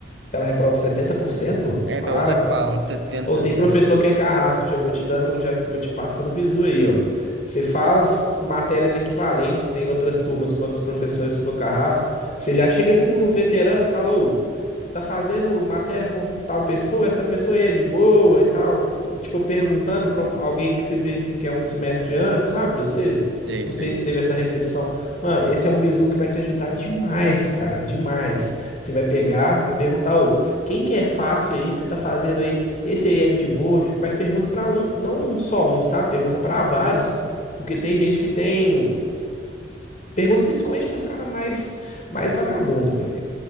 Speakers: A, on the left; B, on the right.
A: Ela reprova 70%?
B: É,
A: Para,
B: pelo menos é o
A: pô.
B: que falam, 70,
A: Ou tem
B: cento
A: professor que é carrasco, já vou te dando, já vou te passando bizu aí, ó. Você faz matérias equivalentes em outras turmas quando os professores for carrasco, você já chega assim nos veteranos, fala, ô, você tá fazendo matéria com tal pessoa, essa pessoa aí é de boa e tal. Tipo, perguntando pra um- alguém que se vê assim que é um semestre antes, sabe, de você?
B: Sei,
A: Não
B: sei.
A: sei se teve essa recepção. Mano, esse é um bizu que vai te ajudar demais, cara, demais. Você vai pegar, vai perguntar, ô, quem que é fácil aí? Você tá fazendo aí esse aí é de boa, mas pergunta pra um, não um só um, sabe? Pergunta pra vários, porque tem gente que tem. Pergunta principalmente para os caras mais, mais vagabundo, velho.